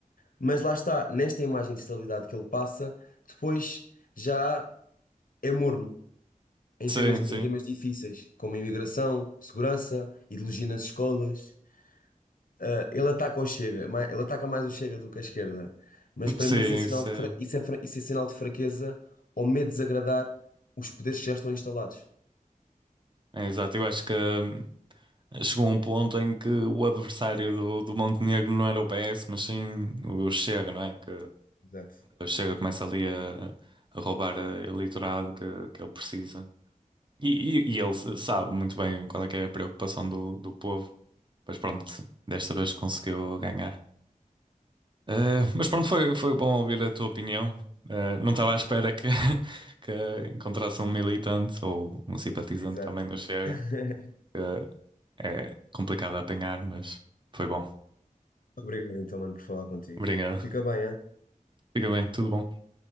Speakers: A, on the left (about 75°); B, on the right (about 35°).
A: Mas lá está, nesta imagem de estabilidade que ele passa, depois já é morno em
B: Sim,
A: temas,
B: sim.
A: em temas difíceis, como a imigração, segurança, ideologia nas escolas. Uh, ele ataca o Chega, ma- ele ataca mais o Chega do que a esquerda. Mas para
B: Sim,
A: mim isso é sinal
B: sim.
A: de, fra- isso é fra- isso é sinal de fraqueza ou medo de desagradar os poderes que já estão instalados.
B: É, é exato. Eu acho que hum, chegou um ponto em que o adversário do, do Montenegro não era o PS, mas sim o Chega, não é? Que
A: Exato,
B: o Chega começa ali a, a roubar a eleitorado que, que ele precisa. E, e, e ele sabe muito bem qual é que é a preocupação do, do povo. Mas pronto, desta vez conseguiu ganhar. Uh, mas pronto, foi, foi bom ouvir a tua opinião. Uh, não estava à espera que, <laughs> que encontrasse um militante ou um simpatizante
A: exato.
B: também do Chega,
A: <laughs>
B: que é complicado de apanhar, mas foi bom.
A: Obrigado então, mano, por falar contigo.
B: Obrigado.
A: Fica bem, hein?
B: Fica bem, tudo bom.